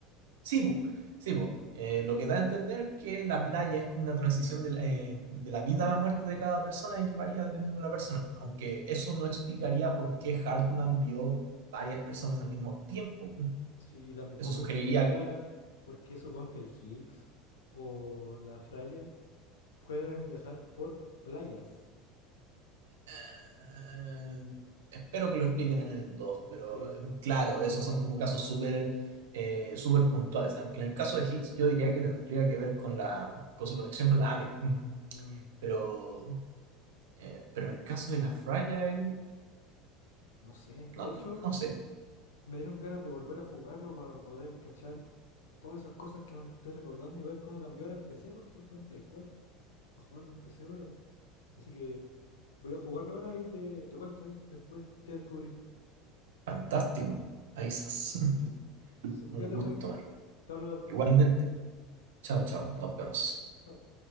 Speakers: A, on the right; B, on the left.
A: Sí, po, sí, po. Eh, lo que da a entender que la playa es como una transición de la, eh, de la vida a la muerte de cada persona y que varía dependiendo de la persona. Aunque eso no explicaría por qué Hartman vio varias personas al mismo tiempo.
B: Sí, y tampoco
A: Eso sugeriría...
B: explicaría por qué suponte el Higgs o la Fragile Pueden viajar por playas.
A: eh, espero que lo expliquen en el 2, pero
B: Sí,
A: eh,
B: sí,
A: claro,
B: ojalá.
A: esos son como casos súper eh, súper puntuales. Aunque en el caso de Higgs yo diría que tendría que ver con, la, con su conexión con la Amelie. Mm.
B: Mm,
A: Pero, eh, pero en el caso de la Fragile...
B: no sé. De
A: No,
B: hecho,
A: no sé.
B: me dieron ganas de volver a jugarlo para poder cachar todas esas cosas que me estoy recordando y ver cómo cambió ahora en PC, porque yo lo jugué en Play cuatro Para jugarlo en PC ahora. Así que voy a jugarlo ahora y te, te cuento ahí después qué descubrí.
A: Fantástico. Ahí estás.
B: Ya. pues.
A: <laughs>
B: Entonces,
A: Un
B: cuídate,
A: gusto,
B: Juanín, po.
A: Mario.
B: Te hablo después.
A: Igualmente. Chao, chao.
B: Chao.
A: Nos vemos.
B: Chao.